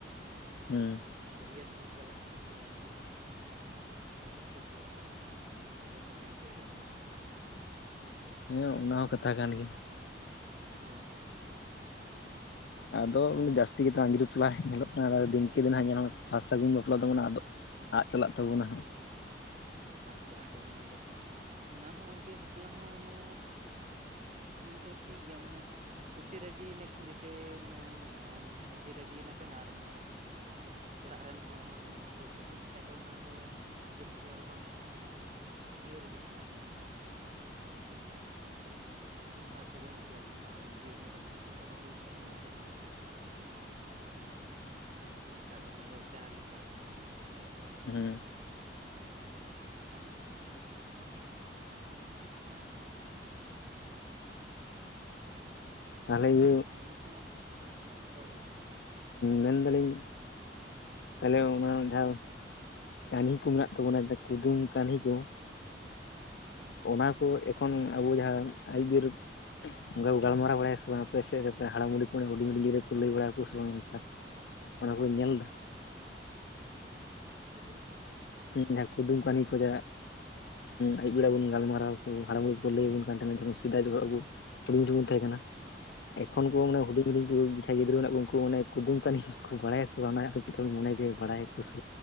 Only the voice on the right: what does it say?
ᱵᱟᱹᱨᱭᱟᱹᱛ ᱵᱚᱱ ᱪᱟᱞᱟᱜ-ᱟ ᱥᱮ ᱪᱮᱫ ᱞᱮᱠᱟ ᱚᱱᱠᱟ, ᱪᱮᱫ ᱠᱚ ᱦᱩᱭᱩᱜ-ᱟ, ᱚᱱᱟ ᱠᱚᱦᱚᱸ ᱵᱟᱠᱚ ᱧᱮᱞ ᱛᱤᱭᱚᱜ ᱜᱟ, ᱩᱱᱠᱩ ᱠᱚᱫᱚ ᱾
ᱦᱳᱭ
ᱪᱟᱵᱟᱜ ᱛᱟᱵᱚᱱᱟ ᱟᱫᱚ, ᱚᱱᱟ ᱦᱚᱸ ᱟᱝᱜᱤᱨ ᱵᱟᱯᱞᱟ ᱦᱚᱸ ᱢᱟᱱᱮ ᱴᱷᱤᱠ ᱫᱚ ᱴᱷᱤᱠ ᱜᱤᱭᱟ, ᱢᱟᱱᱮ ᱠᱩᱥᱤ ᱨᱟᱹᱡᱤ ᱱᱟᱠᱤᱱ ᱡᱮᱥᱮ ᱢᱟᱱᱮ ᱠᱩᱥᱤ ᱨᱟᱹᱡᱤ ᱮᱱᱟᱵᱱᱟ ᱟᱨ ᱢᱟᱱᱮ ᱚᱲᱟᱜ ᱨᱮᱱ ᱦᱚᱲ ᱦᱚᱸ ᱡᱮᱢᱚᱱ ᱠᱚ ᱠᱩᱥᱤᱜ ᱠᱷᱟᱡ ᱫᱚ ᱚᱱᱟ ᱫᱚ, ᱟᱸᱜᱤᱨ ᱵᱟᱯᱞᱟ ᱫᱚ ᱵᱟᱝ ᱞᱮᱠᱷᱟᱜ-ᱟ, ᱚᱱᱟᱫᱚ, ᱤᱭᱟᱹ ᱨᱮᱜᱮ ᱞᱮᱠᱷᱟᱜ-ᱟ ᱾ ᱥᱟᱨ ᱥᱟᱹᱜᱩᱱ ᱵᱟᱯᱞᱟᱝ ᱞᱮᱠᱟᱜ-ᱟ, ᱡᱩᱫᱤ ᱩᱱᱤ ᱟᱹᱛᱠᱤᱨ ᱠᱟᱛᱮᱢ ᱟᱹᱜᱩᱭ ᱠᱷᱟᱡ ᱫᱚ ᱚᱱᱟ ᱫᱚ ᱮᱱᱛᱮᱜ ᱪᱮᱫᱞᱮᱠᱟ ᱚᱱᱟ ᱫᱚ ᱮᱴᱟᱜ ᱞᱮᱠᱟᱱᱟ ᱟᱫᱚ ᱦᱳ
ᱟᱨ ᱱᱤᱛ ᱢᱟ ᱦᱳᱭ, ᱨᱚᱲ ᱵᱮᱱ,
ᱦᱩᱸ ᱦᱩᱸ
ᱠᱩᱫᱩᱢ
ᱦᱩᱸ
ᱦᱩᱸ
ᱦᱩᱸ ᱦᱩᱸ